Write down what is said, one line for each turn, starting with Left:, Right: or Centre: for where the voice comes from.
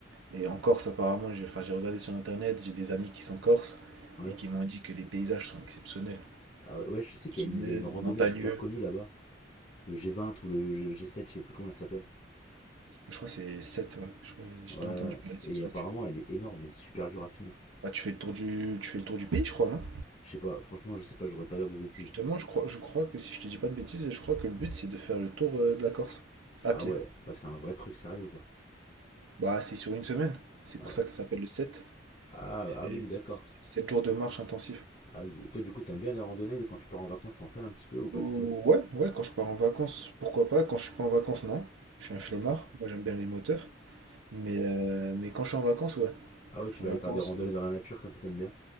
Right: Et en Corse, apparemment, j'ai enfin, j'ai regardé sur internet, j'ai des amis qui sont corses
Left: Ouais.
Right: et qui m'ont dit que les paysages sont exceptionnels.
Left: Ah ouais, ouais, je sais
Right: Exceptionnels,
Left: qu'il y, y a une randonnée
Right: montagneux.
Left: super connue là-bas. le g vingt ou le g sept je sais plus comment elle s'appelle.
Right: Je crois que c'est sept. ouais. Je crois que j'ai
Left: Ouais,
Right: déjà
Left: ouais. ouais.
Right: entendu parler de
Left: et
Right: ce truc.
Left: apparemment elle est énorme et super dure à finir.
Right: Bah, tu fais le tour du, tu fais le tour du pays, je crois, non?
Left: Je sais pas, franchement, je sais pas, je voudrais pas dire de bêtises.
Right: Justement, je crois, je crois que si je te dis pas de bêtises, je crois que le but c'est de faire le tour euh, de la Corse à
Left: Ah
Right: pied.
Left: ouais, ouais c'est un vrai truc sérieux quoi.
Right: Bah, c'est sur une semaine. C'est
Left: Ouais.
Right: pour ça que ça s'appelle le 7.
Left: Ah,
Right: C'est
Left: ah oui, d'accord.
Right: 7 jours de marche intensif.
Left: Ah oui, et toi du coup, t'aimes bien les randonnées quand tu pars en vacances, t'en fais un petit peu ou pas
Right: Ouh,
Left: du tout
Right: Ouais, ouais, quand je pars en vacances, pourquoi pas? Quand je suis pas en vacances, non. Je suis un flemmard.
Left: Ok.
Right: Moi, j'aime bien les moteurs. Mais, euh, mais quand je suis en vacances, ouais.
Left: Ah ouais,
Right: Je
Left: tu
Right: suis
Left: vas
Right: en vacances.
Left: aller faire des randonnées
Right: euh,
Left: dans la nature comme ça, t'aimes bien